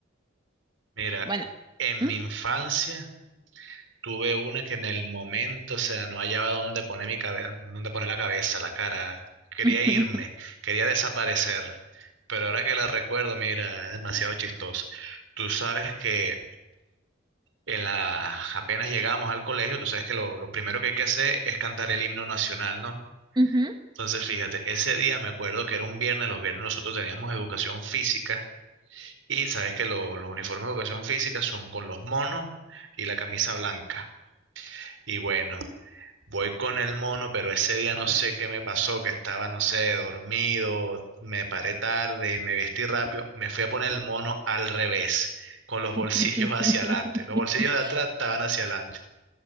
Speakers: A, on the right (about 75°); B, on the right (about 20°).
A: Mira,
B: Bueno.
A: en
B: ¿mm?
A: mi infancia tuve una que en el momento, o sea, no hallaba dónde poner mi cabe- dónde poner la cabeza, la cara. Quería
B: <laughs>
A: irme, quería desaparecer. Pero ahora que la recuerdo, mira, es demasiado chistoso. Tú sabes que en la, apenas llegamos al colegio, tú sabes que lo, lo primero que hay que hacer es cantar el himno nacional, ¿no?
B: Ujú.
A: Entonces, fíjate, ese día me acuerdo que era un viernes, los viernes nosotros teníamos educación física. Y sabes que lo- los uniformes de educación física son con los monos y la camisa blanca. Y bueno, voy con el mono, pero ese día no sé qué me pasó, que estaba, no sé, dormido, me paré tarde, me vestí rápido, me fui a poner el mono al revés, con los
B: <laughs>
A: bolsillos hacia adelante. Los bolsillos de atrás estaban hacia adelante.